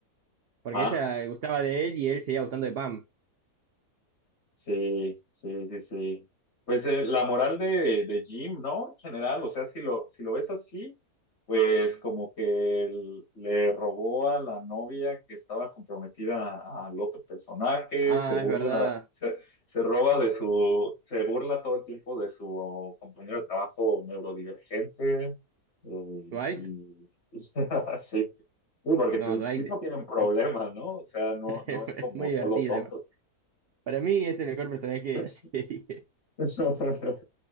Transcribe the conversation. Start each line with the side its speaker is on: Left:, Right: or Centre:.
Right: Porque
Left: Ah,
Right: ella gustaba de él y él seguía gustando de Pam.
Left: Sí, sí, sí, sí. Pues eh, la moral de, de Jim, ¿no? En general, o sea, si lo, si lo ves así, pues como que él le robó a la novia que estaba comprometida a- al otro personaje,
Right: Ah,
Left: se burla,
Right: es verdad.
Left: se, se roba de su, se burla todo el tiempo de su compañero de trabajo neurodivergente. eh,
Right: Dwight.
Left: y <laughs> sí, sí, porque
Right: No,
Left: el
Right: Dwight
Left: tipo tiene un problema,
Right: <laughs>
Left: ¿no? O sea, no, no
Right: es
Left: es como
Right: muy divertido.
Left: solo tonto.
Right: Para mí es el mejor personaje
Left: <laughs>
Right: de la serie.
Left: <laughs>